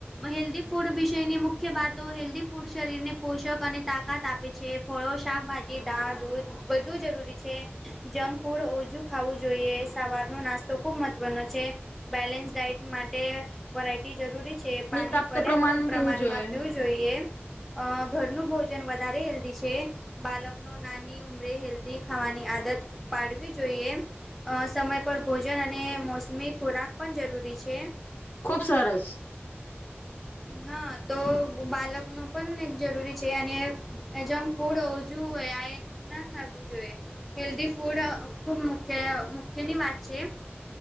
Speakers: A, in the centre; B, on the left (about 50°).
A: હેલ્ધી ફૂડ વિષયની મુખ્ય વાતો, હેલ્ધી ફૂડ શરીરને પોષક અને તાકાત આપે છે. ફળો, શાકભાજી, દાળ, દૂધ. વધુ જરૂરી છે. જંક ફૂડ ઓછું ખાવું જોઈએ. સવારનો નાસ્તો ખૂબ મહત્ત્વનો છે. બેલેન્સ ડાયટ માટે વરાયટી જરૂરી છે. પાણી
B: પ્રાપ્ત
A: પર્યાપ્ત પ્રમાણમાં
B: પીવું જોઈએ
A: પીવું. ઘરનું ભોજન વધારે હેલ્ધ છે. બાલક ન નાની. ઉમરે હેલ્ધી ખાવાની આદત પાડવી જોઈએ. સમય પર ભોજન અને મોસમી ખોરાક પણ જરૂરી છે.
B: ખૂબસરસ.
A: હા તો બાલક ન પણ એક જરૂરી છે. અને એજમ ફૂડ ઓજું હોય. આ ના ખું જોઈએ. હેલ્ધી ફૂડ ખૂબ મુખ્ય મુખ્યની વાત છે.